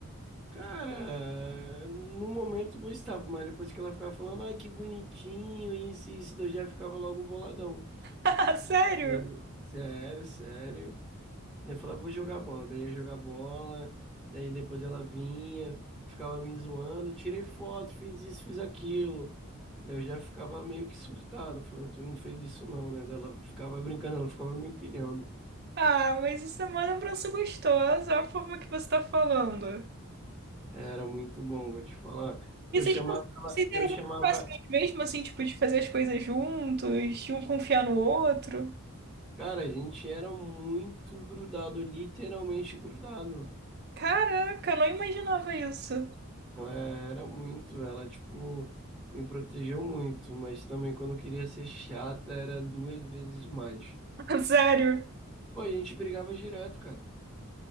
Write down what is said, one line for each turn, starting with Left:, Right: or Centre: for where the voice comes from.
Centre: Cara, no momento eu gostava, mas depois que ela ficava falando, ai, que bonitinho, isso e isso, daí eu já ficava logo boladão.
Right: <laughs> Sério?
Centre: Daí, sério, sério. Daí eu falava, vou jogar bola. Daí eu ia jogar bola. Daí depois ela vinha, ficava me zoando. Tirei foto, fiz isso, fiz aquilo. Daí eu já ficava meio que surtado, falando, tu não fez isso não, né? Daí ela ficava brincando, ela ficava me empilhando.
Right: Ah, mas isso é uma lembrança gostosa, é a forma que você tá falando.
Centre: Era muito bom, vou te falar.
Right: E
Centre: Eu
Right: vocês,
Centre: chamava, ela-
Right: vocês eram
Centre: eu chamava.
Right: muito próximos mesmo, assim, tipo, de fazer as coisas juntos, de um confiar no outro?
Centre: Cara, a gente era muito grudado, literalmente grudado.
Right: Caraca, eu não imaginava isso.
Centre: Ela era muito, ela, tipo, me protegeu muito, mas também quando eu queria ser chata era duas vezes mais.
Right: <laughs> Sério.
Centre: Pô, a gente brigava direto, cara.